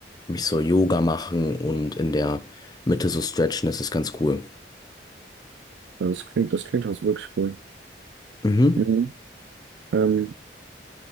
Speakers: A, on the left (about 20°); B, on the right (about 80°).
A: mich so Yoga machen und in der Mitte so stretchen. Das ist ganz cool.
B: das klingt, das klingt auch so wirklich cool.
A: Mhm.
B: Mhm. Ähm,